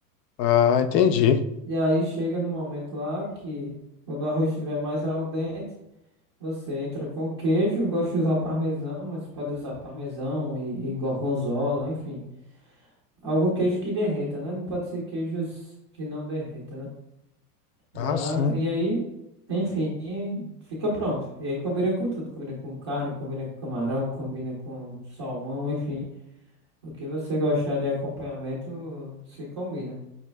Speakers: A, on the left; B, on the right.
A: ah, entendi.
B: E aí chega no momento lá que, quando o arroz estiver mais al dente, você entra com queijo. Eu Gosto de usar parmesão, mas pode usar parmesão e, e gorgonzola, enfim. Algum queijo que derreta, né? Não pode ser queijos que não derreta, né? Mas,
A: Ah, sim.
B: e aí, enfim, fica pronto. E aí combina com tudo. Combina com carne, combina com camarão, combina com salmão, enfim. O que você gostar de acompanhamento se combina.